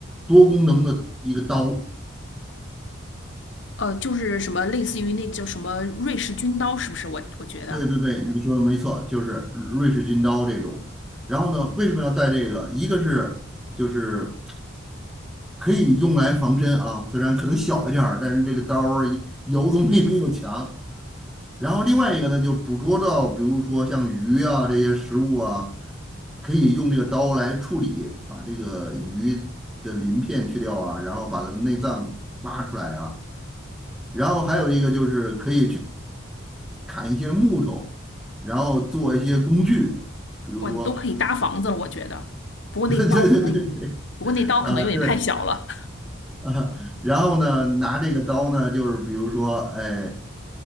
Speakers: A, in the centre; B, on the left (about 65°).
A: 多功能的一个刀。
B: 呃，就是什么类似于那叫什么瑞士军刀，是不是？我我觉得，
A: 对对对，你说的没错，就是瑞士军刀这种。然后呢，为什么要带这个？一个是就是可以用来防身啊，虽然可能小一点儿，但是这个刀儿有总比 <laughs> 没有强。然后另外一个呢，就捕捉到，比如说像鱼啊这些食物啊，可以用这个刀来处理，把这个鱼的鳞片去掉啊，然后把它的内脏挖出来啊。然后还有一个就是可以砍一些木头，然后做一些工具，比如说，
B: 哇，你都可以搭房子了，我觉得。不过那刀可能，
A: <laughs> 对对对对，
B: 不过那刀可能有点太小了。
A: 啊、对，<laughs> 然后呢，拿这个刀呢，就是比如说，哎，